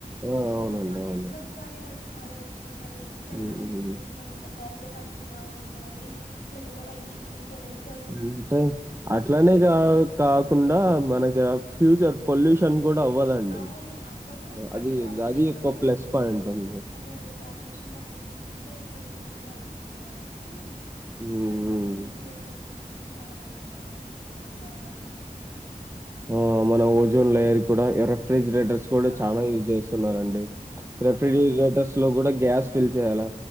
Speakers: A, on the right (about 20°); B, on the left (about 80°).
A: ఆ! అవునండి.
B: అలా అన్మాట
A: అవును.
B: ఎప్పుడో ఒకసారి అదైతే ఖాళీ అయిపోత్ తున్నన్ మీ ఇంతేగనం
A: హ్మ్.
B: యూజ్
A: హ్మ్.
B: చేస్తున్నాం ఇంట పోపు లెట్ అవ్ తున్నాము ఇంతమంది ప్రతి ఒకొక్క ఇంటికి త్రీ ఫోర్ వెహిక్
A: అంటే అట్లానే కా కాకుండా మనకి ఫ్యూచర్ పొల్యూషన్ కూడా అవ్వదండి.
B: అవును అవ్వదు బట్
A: అది
B: పాపులేషన్
A: అది
B: పరంగా
A: ఒక ప్లస్
B: చూ
A: పాయింట్ ఉంది.
B: అదే అదే పాపులేషన్ పరంగా చూసుకుంటే ఎక్కువ యూసెస్్ కూడా వస్తుంది కాబట్టి
A: హ్మ్.
B: దాని వలన ఈవి వెహికల్స్ ఇ చాలా బెటర్ నా ఒపీనియన్ కూడా అదే అనుకుంటున్నాను నేను
A: ఆ మన ఓజోన్ లేయర్ కూడా ఎర రిఫ్రిజిరేటర్స్ కూడా
B: ఆ
A: చాలా యూజ్ చేస్తున్నారుారండి
B: అవునవును
A: రిఫ్రిజిరేటర్స్ లో కూడా గ్యాస్ ఫిల్ చేయాలా